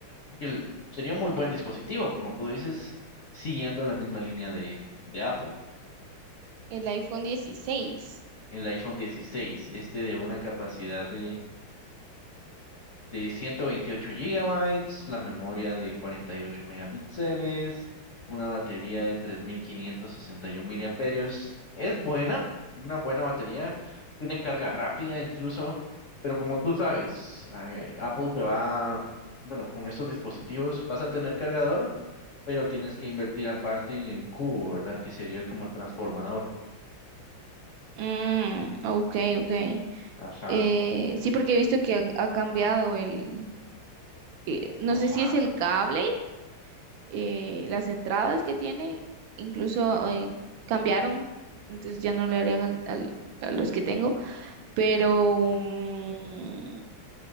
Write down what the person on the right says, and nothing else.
El iPhone dieciséis.
Mm, ok, ok.
Eh, sí, porque he visto que han- ha, cambiado el, eh, no
sé si es el cable, eh, las entradas que tiene, incluso eh, cambiaron, entonces ya no le harían al- al- a los que tengo, pero
mm,